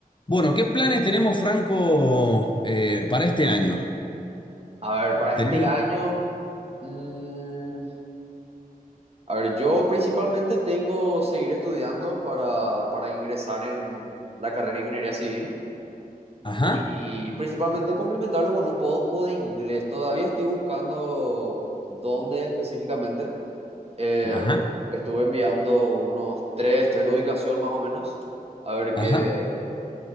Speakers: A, on the left; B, on the right.
A: Bueno, ¿qué planes tenemos, Franco, eh, para este año?
B: A ver, para
A: Tenemos-
B: este año, mm, a ver, yo principalmente tengo seguir estudiando para, para ingresar en la carrera de ingeniería civil
A: Ajá,
B: y principalmente complementarlo con un poco de inglés. Todavía estoy buscando dónde específicamente, eh,
A: ajá,
B: estuve enviando unos tres test de ubicación más o menos, a ver
A: ajá.
B: qué...